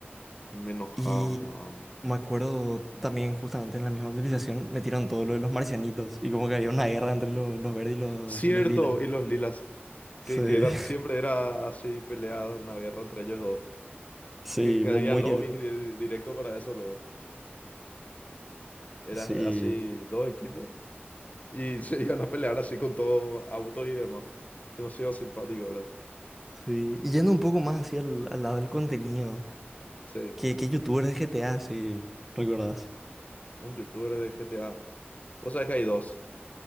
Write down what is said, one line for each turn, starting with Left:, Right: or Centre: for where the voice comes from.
Left: Me enojaba
Centre: y
Left: una banda.
Centre: Me acuerdo también justamente en la misma actualización metieron todo lo de los marcianitos y como que había una guerra entre los, los verdes y los,
Left: Cierto,
Centre: los lilas.
Left: y los lilas.
Centre: Sí,
Left: Que, que era,
Centre: <laughs>
Left: siempre era así peleada una guerra entre ellos dos.
Centre: sí,
Left: Que, que
Centre: muy,
Left: había
Centre: muy,
Left: lobbies
Centre: divertido.
Left: di- directo para eso, luego. Era
Centre: sí,
Left: así dos equipos y <laughs> se iban a pelear así con todo autos y demás. Es demasiado simpático, ¿verdad?
Centre: sí. Y yendo un poco más hacia el, al lado del contenido,
Left: Sí,
Centre: ¿qué, qué youtubers de GTA, si recuerdas
Left: un youtuber de GTA. Vos sabés que hay dos.